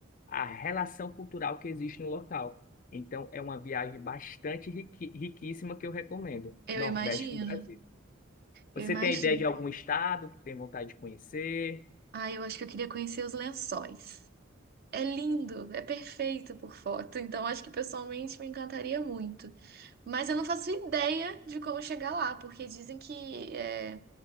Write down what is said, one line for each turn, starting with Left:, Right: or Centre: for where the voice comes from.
Left: a relação cultural que existe no local. Então, é uma viagem bastante riqui- riquíssima que eu recomendo.
Right: Eu
Left: Nordeste
Right: imagino.
Left: do Brasil. Você
Right: Eu imagino.
Left: tem ideia de algum estado que tem vontade de conhecer?
Right: Ah, eu acho que eu queria conhecer os lençóis. É lindo, é perfeito por foto, então acho que pessoalmente me encantaria muito. Mas eu não faço ideia de como chegar lá, porque dizem que é,